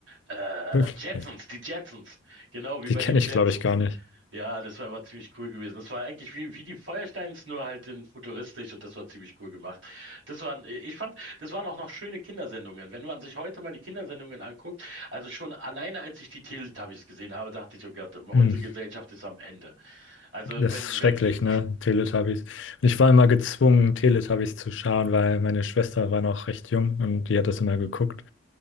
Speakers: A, on the right (about 70°); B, on the left (about 70°).
A: Äh,
B: wirklich
A: Jetsons,
B: nicht.
A: die Jetsons. Genau wie
B: Die
A: bei
B: kenne
A: den Jetsons.
B: ich, glaube ich, gar nicht.
A: Ja, das war immer ziemlich cool gewesen. Das war eigentlich wie, wie die Feuersteins, nur halt in futuristisch und das war ziemlich cool gemacht. Das waren, ich fand, das waren auch noch schöne Kindersendungen. Wenn man sich heute mal die Kindersendungen anguckt, also schon alleine als ich die Teletubbies gesehen habe, dachte ich, oh Gott, unsere
B: Hm.
A: Gesellschaft ist am Ende. Also
B: Das
A: wenn,
B: ist schrecklich,
A: wenn die,
B: ne? Teletubbies. Und ich war immer gezwungen, Teletubbies zu schauen, weil meine Schwester war noch recht jung und die hat das immer geguckt.